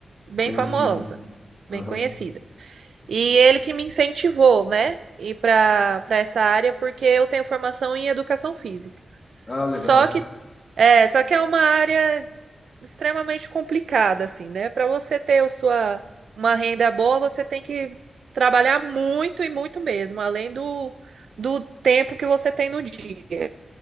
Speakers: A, on the right; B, on the left.
A: bem
B: conhecida.
A: famosa, bem
B: Aham.
A: conhecida. E ele que me incentivou, né? Ir para para essa área porque eu tenho formação em educação física.
B: Ah, legal.
A: Só que é, só que é uma área extremamente complicada, assim, né? Para você ter a sua, uma renda boa, você tem que trabalhar muito e muito mesmo, além do, do tempo que você tem no dia.